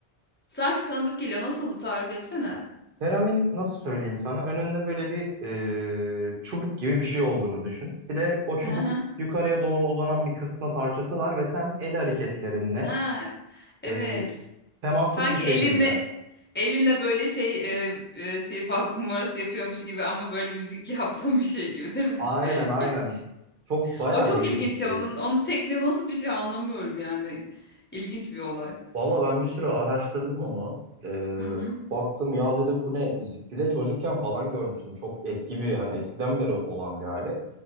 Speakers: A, on the left; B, on the right.
A: Sanki tanıdık geliyor. Nasıldı tarif etsene.
B: Teramin nasıl söyleyeyim sana önünde böyle bir e, çubuk gibi bir şey olduğunu düşün. Bir de o çubuk
A: Hı
B: yukarıya doğru uzanan bir kısmı parçası var ve sen el hareketlerinle
A: Ha. Evet.
B: e, temassız
A: Sanki
B: bir şekilde.
A: elinle elinle böyle şey e, e, sihirbaz numarası yapıyormuş gibi ama böyle müzik <laughs> yaptığım bir şey gibi değil mi?
B: Aynen aynen.
A: <laughs>
B: Çok bayağı
A: O çok
B: değişik
A: ilginç
B: bir şey.
A: ya onun onun tekniği nasıl bir şey anlamıyorum yani. İlginç bir olay.
B: Valla ben bir süre araştırdım onu. Ee,
A: Hı hı.
B: baktım ya dedim bu ne? Bir de çocukken falan görmüştüm. Çok eski bir hani eskiden beri olan bir alet.